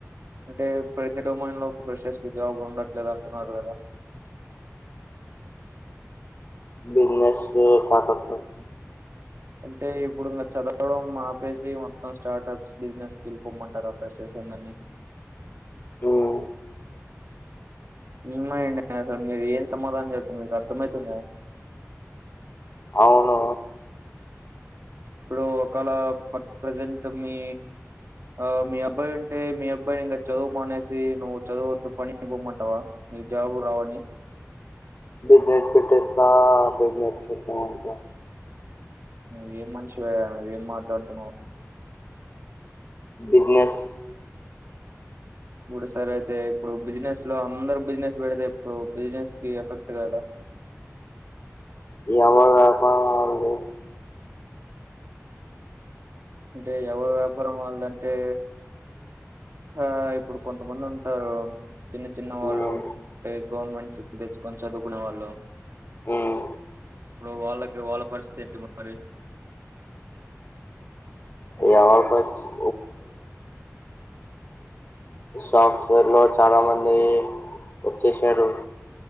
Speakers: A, on the right; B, on the left.
A: అంటే ప్రతి డోమైన్ లో ఫ్రెషర్స్ కి జాబు ఉండట్లేదు అంటున్నారు కదా
B: విన్నర్స్ ఏ షాక్ అత్తంది
A: అంటే ఇప్పుడు ఇంకా చదవడం మాపేసి మొత్తం స్టార్టప్స్ బిజినెస్కి వెళ్ళిపోమ్మంటారు ఆ ఫ్రెషర్స్ న్ నండి
B: ఉమ్
A: ఉన్మయిడి అసలు మీరు ఏం సమాధానం చెతున్నారు మీకు అర్థమయితుంద
B: అవును
A: ఇప్పుడు ఒకళ ప ప్రజెంట్ మీ ఆ మీ అబ్బాయి ఉంటే మీ అబ్బాయిని ఇంగ చదువు మానేసి నువ్వు చదువు వద్దు పని పోమ్మంటావా నీ జాబు రావని
B: బిసినెస్ పెట్టిస్తా బిసినెస్ చేస్తా అంటే
A: నువ్వేం మనిషివయ నువ్వేం మాట్లాడుతున్నావు
B: బిజినేస్
A: ఇప్పుడు సరె అయితే ఇప్పుడు బిజినెస్ లో అందరు బిజినెస్ పెడితే ఇప్పుడు బిజినెస్ కి ఎఫెక్ట్ కదా
B: ఎవల వ్యాపారం వాళ్లది
A: అంటే ఎవరు వ్యాపారం వాళ్ళదంటే ఆ ఇప్పుడు కొంతమంది ఉంటారు చిన్న చిన్న వాళ్ళు
B: ఉమ్,
A: అంటే గవర్నమెంట్ సీట్లు తెచ్చుకొని చదువుకునే వాళ్ళు
B: ఉమ్.
A: ఇప్పుడు వాళ్ళకి వాళ్ళ పరిస్థితి ఏంటి మరి
B: వాళ్ళ పరిస్థితి సాఫ్ట్వేర్ లో చాలా మంది వచ్చేసారు